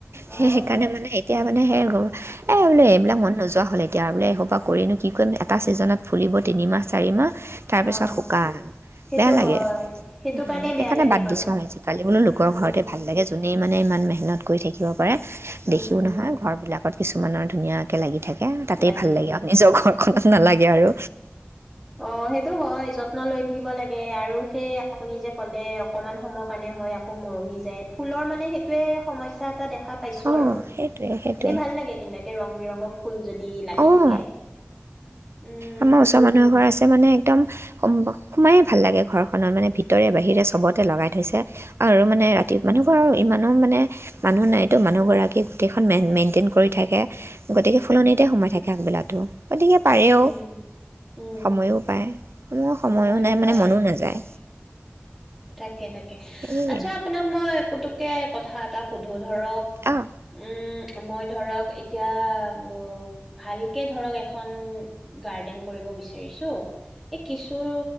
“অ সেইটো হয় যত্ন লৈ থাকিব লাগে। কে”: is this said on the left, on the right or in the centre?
Centre